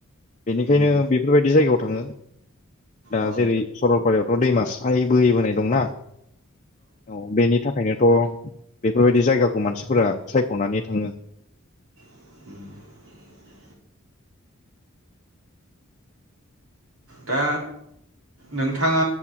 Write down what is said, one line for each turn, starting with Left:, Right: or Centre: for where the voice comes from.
Left: बेनिखायनो
Right: उम
Left: बेफोरबायदि जायगायाव थाङो। दा
Right: औ
Left: जेरै सरलपारायाव अ दैमा स्राय बोहैबोनाय दंना औ बेनि थाखायनोथ' बेफोरबायदि जायगाखौ मानसिफोरा सायख'नानै थाङो।
Right: <inaudible> दा नोंथाङा